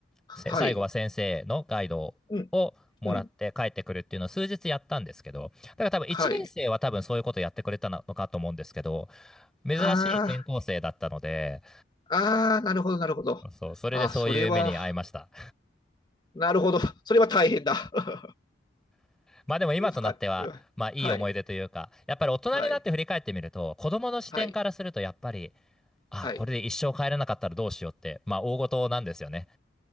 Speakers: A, on the left; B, in the centre.
A: はい。
B: せ最後は先生のガイドをもらって帰ってくるっていうのを数日やったんですけど、
A: うん、うん。
B: だから多分1年生は多分そういうことやってくれたのかと思うんですけど、
A: はい。
B: 珍しい転校生だったので、
A: ああ、ああ、なるほど、なるほど。
B: そう、それでそういう目に遭いました。
A: ああ、それは、なるほど。それは大変だ。<laughs>
B: <laughs> まあでも今となっては、
A: うんそっか。うんはい、
B: まあいい思い出というか、やっぱり大人になって振り返ってみると、
A: はい、
B: 子供の視点からするとやっぱり、
A: はい、
B: あ、
A: はい。
B: これで一生帰れなかったらどうしようって、まあ大事なんですよね。